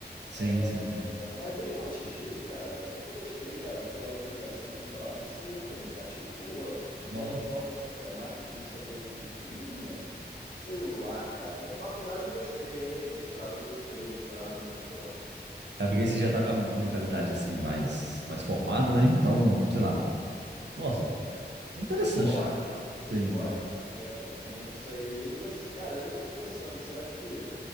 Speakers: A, on the right; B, on the left.
A: Sim,
B: É,
A: sim.
B: mas mesmo antes disso, cara, eu nunca gostei, cara, aquela obrigação de estar lá, não sei, nunca me cativou.
A: Nó.
B: Aquelas fórmulas matemáticas que eu não sabia de onde vinham, sei lá, cara. Faculdade eu gostei, mestrado eu gostei, doutorado, mas, porra,
A: É porque aí você já tá com a- uma mentalidade, assim, mais, mais formada, né? Então, sei lá. Nossa,
B: é,
A: é interessante.
B: você escolhe, você
A: Sim.
B: escolhe o que você quer também, eu não sei. E você, cara, eu fiquei pensando, será que